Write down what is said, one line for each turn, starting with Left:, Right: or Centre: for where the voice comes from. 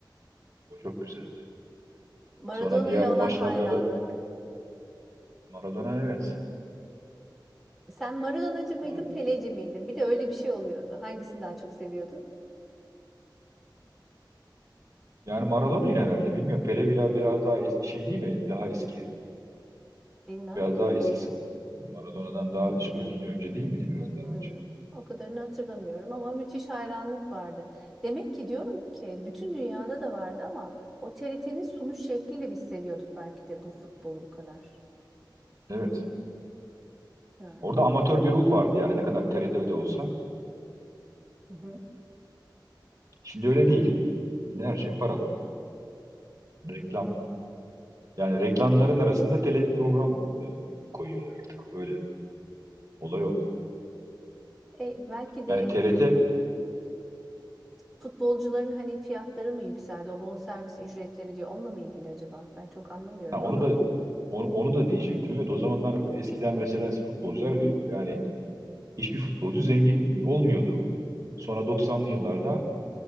Right: O çok güzeldi.
Centre: Maradona'ya
Right: Sonra diğer maçlarda
Centre: olan hayranlık.
Right: da Maradona evet.
Centre: Sen Maradonacı mıydın,
Right: Mara-
Centre: Peleci miydin? Bir de öyle bir şey oluyordu. Hangisini daha çok seviyordun?
Right: yani Maradona'yı herhalde bilmiyorum. Pele biraz, biraz daha es- şey değil mi? Daha eski.
Centre: Bilmem.
Right: Biraz daha eskisi. Maradona'dan daha ş- ön- önce değil miydi biraz daha
Centre: Hmm,
Right: önce?
Centre: O kadarını hatırlamıyorum ama müthiş hayranlık vardı. Demek ki diyorum ki bütün dünyada da vardı ama o TRT'nin sunuş şekliyle biz seviyorduk belki de bu futbolu bu kadar.
Right: Evet.
Centre: Yani.
Right: Orada amatör bir ruh vardı yani ne kadar TRT'de olsa.
Centre: Hı hı.
Right: Şimdi öyle değil. Şimdi her şey para. Reklam. Yani reklamların arasında tele program e, koyuyorlar artık. Öyle. Olay o.
Centre: E, belki de
Right: Yani TRT
Centre: Futbolcuların hani fiyatları mı yükseldi? O bonservis ücretleri diyor. Onunla mı ilgili acaba? Ben çok anlamıyorum
Right: ha, onu
Centre: ama.
Right: da onu, onu da diyecektim. Evet o zamanlar eskiden mesela futbolcular ü- yani hiçbir futbolcu zengin olmuyordu. Sonra 90'lı yıllarda